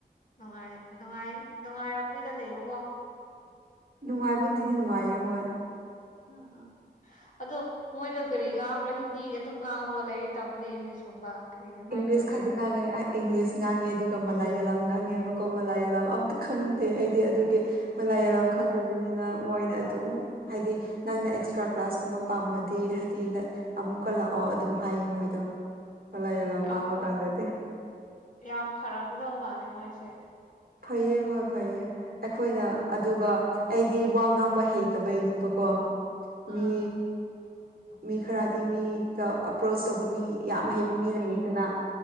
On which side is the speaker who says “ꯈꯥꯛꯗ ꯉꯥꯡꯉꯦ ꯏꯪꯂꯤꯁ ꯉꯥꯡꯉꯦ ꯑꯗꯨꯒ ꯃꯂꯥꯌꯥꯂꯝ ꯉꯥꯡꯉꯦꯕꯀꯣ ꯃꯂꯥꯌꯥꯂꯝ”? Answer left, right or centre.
Right